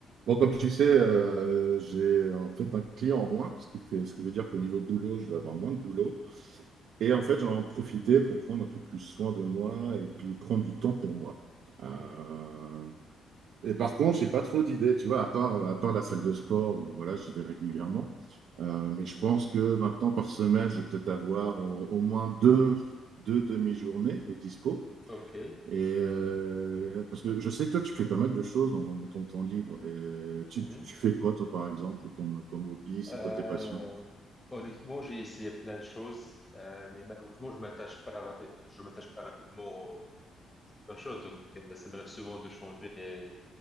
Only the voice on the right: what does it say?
Bon, comme tu sais, euh, j'ai en fait un client en moins, ce qui fait, ce qui veut dire qu'au niveau boulot, je vais avoir moins de boulot. Et en fait, j'en profiter pour prendre un peu plus soin de moi et puis prendre du temps pour moi. Euh,
Et par contre, j'ai pas trop d'idées, tu vois, à part, à part la salle de sport où voilà, j'y vais régulièrement. Euh,
mais je
pense que maintenant, par semaine, je vais peut-être avoir au, au moins deux, deux demi-journées de dispo.
Et euh, parce que je sais que toi, tu fais pas mal de choses dans, dans ton temps libre. Et tu,
tu- tu fais quoi, toi, par exemple, comme, comme hobby? C'est
quoi tes passions?